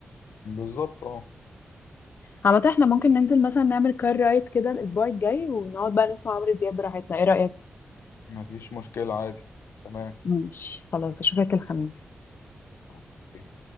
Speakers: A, on the left; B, on the left.
A: بالظبط اه
B: عامة احنا ممكن ننزل مثلا نعمل كار رايد كده الأسبوع الجاي ونقعد بقى نسمع عمرو دياب براحتنا ايه رأيك؟
A: مفيش مشكلة عادي تمام
B: ماشي خلاص أشوفك الخميس
A: أوكي